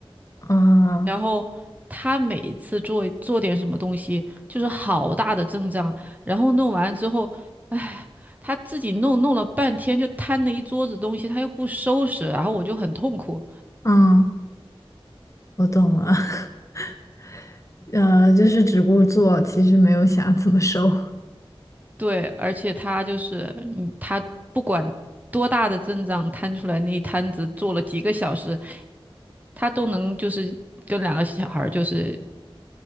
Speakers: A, on the left; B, on the right.
A: 啊，
B: 然后他每一次做做点什么东西，就是好大的阵仗，然后弄完之后，哎，他自己弄弄了半天，就摊了一桌子东西，他又不收拾，然后我就很痛苦。
A: 嗯，我懂了。<laughs> 呃，就是只顾做，其实没有想怎么收，
B: 对，而且他就是，嗯，他不管多大的阵仗摊出来那一摊子，做了几个小时，他都能就是跟两个小孩儿就是